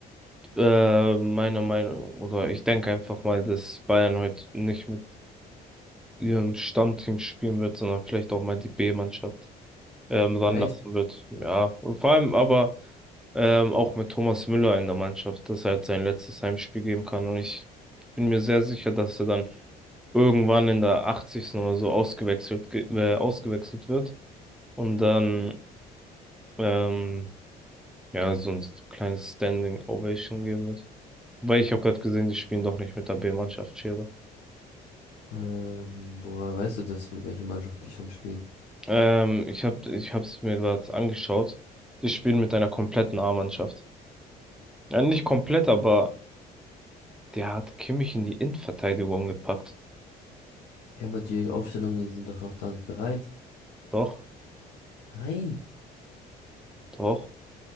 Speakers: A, in the centre; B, on the left.
A: äh, meiner Meinung, oder ich denke einfach mal, dass Bayern heute nicht mit ihrem Stammteam spielen wird, sondern vielleicht auch mal die B-Mannschaft ähm, ranlassen
B: Echt?
A: wird. Ja, und vor allem aber ähm, auch mit Thomas Müller in der Mannschaft, dass er halt sein letztes Heimspiel geben kann. Und ich bin mir sehr sicher, dass er dann irgendwann in der Achtzigsten oder so ausgewechselt, ge- äh, ausgewechselt wird. Und dann ähm, Ja, so ein kleines Standing Ovation geben wird. weil ich habe gerade gesehen, die spielen doch nicht mit der B-Mannschaft Schere.
B: Ähm, woher weißt du das, mit welcher Mannschaft die schon spielen?
A: Ähm, ich hab, ich hab's mir gerade angeschaut. Die spielen mit einer kompletten A-Mannschaft. Ja, nicht komplett, aber der hat Kimmich in die Innenverteidigung gepackt.
B: Ja, aber die Aufstellungen sind doch noch gar nicht bereit.
A: Doch,
B: Nein,
A: doch.